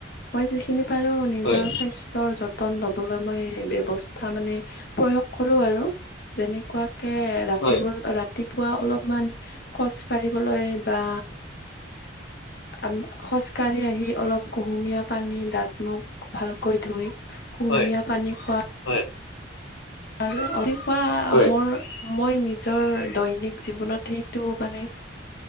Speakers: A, on the left; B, on the left.
A: মই যিখিনি বাৰু নিজৰ
B: হয়
A: স্বাস্থ্যৰ যতন ল'বলৈ মই ব্যৱস্থা মানে প্ৰয়োগ কৰো আৰু যেনেকোৱাকে ৰাতি
B: হয়
A: ৰাতিপুৱা অলপমান খচ কাঢ়িবলৈ বা অহ খোজকাঢ়ি আহি অলপ কুহুমীয়া পানী দাঁত মুখ ভালকৈ ধুই কুহুমীয়া
B: হয়
A: পানী খোৱা
B: হয়
A: এনেকোৱা
B: হয়
A: মোৰ মই নিজৰ দৈনিক জীৱনত সেইটো মানে